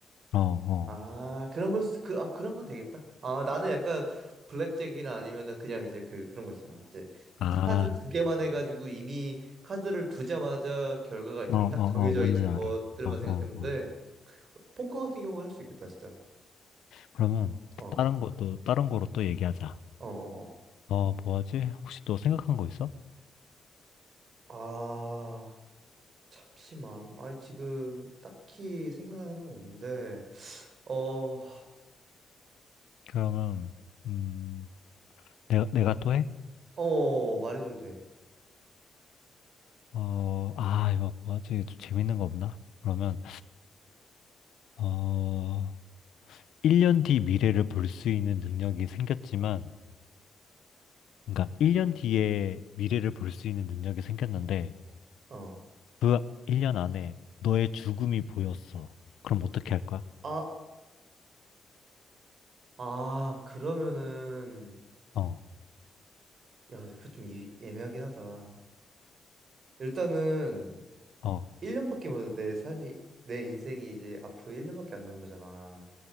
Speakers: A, on the left; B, on the right.
A: 어, 어.
B: 아, 그런 걸 수- 그, 아, 그런 건 되겠다. 아, 나는 약간 블랙잭이나 아니면은 그냥 이제 그 그런 거 있잖아. 이제
A: 아.
B: 카드 두 개만 해가지고 이미 카드를 두자마자 결과가 이미
A: 어, 어,
B: 딱 정해져
A: 어, 뭔진
B: 있는
A: 알아.
B: 것들만
A: 어, 어,
B: 생각했는데
A: 어.
B: 포커 같은 경우는 할 수 있겠다, 진짜.
A: 그러면
B: 어, 어,
A: 다른 것도, 다른 거로 또 얘기하자.
B: 어, 어. 어.
A: 어, 뭐 하지? 혹시 또 생각한 거 있어?
B: 아, 잠시만. 아, 지금 딱히 생각나는 건 없는데, 어, 하,
A: 그러면, 음, 내가, 내가 또 해?
B: 어, 말해줘도 돼.
A: 어, 아, 이거 뭐 하지? 좀 재밌는 거 없나? 그러면, 어, 1년 뒤 미래를 볼 수 있는 능력이 생겼지만, 그러니까 1년 뒤에 미래를 볼 수 있는 능력이 생겼는데,
B: 어.
A: 그 1년 안에 너의 죽음이 보였어. 그럼 어떻게 할 거야?
B: 아, 아, 그러면은,
A: 어,
B: 야, 근데 그거 좀 이- 애매하긴 하다. 일단은,
A: 어.
B: 1년밖에 못, 내 삶이, 내 인생이 이제 앞으로 1년밖에 안 남은 거잖아.